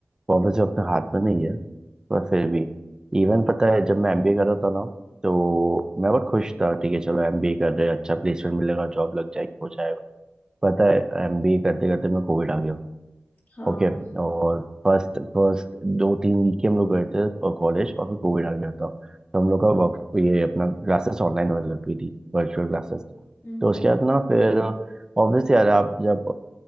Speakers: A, on the right; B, on the left.
A: वो जो अपने हाथ में नहीं है पर फिर भी इवन
B: हम्म
A: पता है जब मैं एमबीए कर रहा था ना तो मैं बहुत खुश था ठीक है चलो एमबीए कर रहे हैं अच्छा प्लेसमेंट मिलेगा जॉब लग जाएगी हो जाएगा पता है एमबीए करते करते मैं कोविड आ गया
B: हाँ
A: ओके और फर्स्ट फर्स्ट दो तीन वीक के हम लोग गए थे कॉलेज और फिर कोविड आ गया था तो हम लोग का वर्क ये अपना क्लासेस ऑनलाइन होने लग गई थी वर्चुअल क्लासेस
B: हम्म
A: तो उसके बाद ना फिर ऑब्वियसली यार आप जब